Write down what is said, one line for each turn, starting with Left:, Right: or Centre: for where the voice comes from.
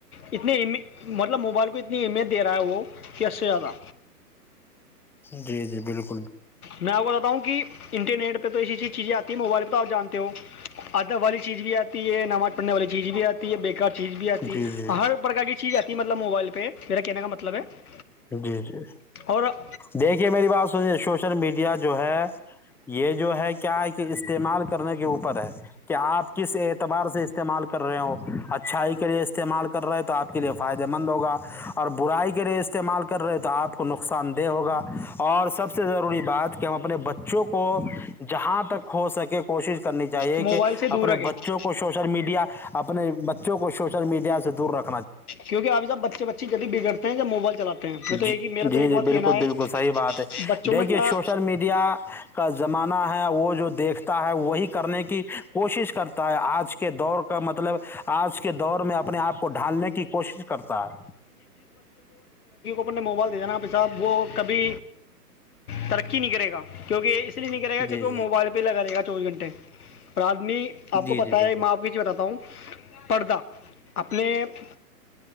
Left: اتنے مطلب موبائل کو اتنے <inaudible> کتنی ا میںت د رہا ہے وہ کیسے زیادہ
Centre: جی جی بالکل
Left: میں آپ کو بتاؤوں کہ انٹرنیٹ پہ تو ایسی ایسی چیزیں آتی ہے موبائل پہ آپ جانتے ہو ادب والی چیز بھی آتی ہے نماز پڑھنے والی چیز بھی آتی ہے بےیکار چیز بھی آتی
Centre: جی
Left: ہے
Centre: جی
Left: ہر پرکار کی چیز آتی ہے مطلب مطلب موبائل پہ میرا کہنے کا مطلب ہے <unintelligible>
Centre: جی جی
Left: اور
Centre: دیکھیے میری بات سنیے سوشل میڈیا جو ہے یہ جو ہے کیا کہ استعمال کرنے کے اوپر ہے کہ آپ کس اعتبار سے استعمال کر رہے ہو <inaudible> اچھائی کے لیے استعمال کر رہے تو آپ کے لیے فائدے مند ہوگا اور برائی کے لیے استعمال استعمال کر رہے تو آپ کو نقصان دہ ہوگا اور سب سے ضروری بات کہ ہم اپنے بچوں کو جہاں تک ہو سکے کوشش کرنی چاہے
Left: موبائل
Centre: کہ
Left: سے دور
Centre: اپنے
Left: رکھیں
Centre: بچوں کو شوشل میڈیا اپنے بچوں کو شوش <unintelligible> سل میڈیا سے دور رکھا <inaudible>
Left: کیونک آپ جب بچے بچے جب بگڑتے ہیں کہ موبائل چلاتے ہیں میں تو
Centre: جی
Left: ایک ہی میرا تو
Centre: جی
Left: ایک
Centre: جی
Left: بات
Centre: بالکل
Left: کہنا ہے
Centre: بالکل صحیح بات ہے
Left: بچوں
Centre: دیکھیے
Left: میں کیا
Centre: سوشل میڈیا کا زمان <inaudible> مانا ہے وہ جو دیکھتا ہے وہی کرنے کی کوشش کرتا ہے آج کے دور کا مطلب آج کے دور میں اپنے آپ کو ڈھالنے کی کوشش کرتا ہے
Left: نے موبائل دے دابھی صاحب وہ کبھی ترقی نہیں کرے گا کیونکہ اس <inaudible> نہیں کرے گاونک
Centre: جی
Left: وہ
Centre: جی
Left: موبائل پہ لگے گا <inaudible> چوبی گھٹے <inaudible> رجنی آپ
Centre: جی
Left: کو پتا
Centre: جی بالکل
Left: ہے میں آپ کے چ بتاتا ہوں پرڑدہ اپنے <inaudible>